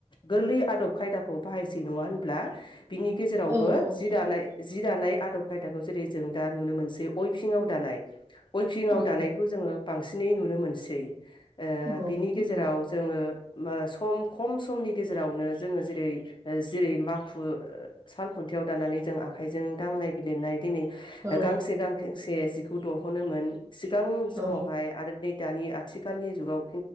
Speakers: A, on the left; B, on the right.
A: गोरलै आदब खायदाखौ बाहायसै नङा होनब्ला? बिनि गेजेरावबो
B: औ नंगौ
A: दानाय जि दानाय आदब खायदाखौ जेरै जों दा नुनो मोनसै अयभिंआव दानाय। अयभिंआव
B: औ
A: दानायखौ जोङो बांसिनै नुनो मोनसै।
B: औ
A: बिनि गेजेराव
B: नंगौ
A: जोङो सम खम समनि गेजेरावनो जोङो जेरै जेरै माखु साल खुन्थियाव दाननानै जों आखाइजों दांनाय बिलिरनाय दिनै
B: औ
A: गांसे गांसे जि खौ दंह'नोमोन सिगां समावहाय
B: औ
A: आरो दानि आथिखालनि जुगाव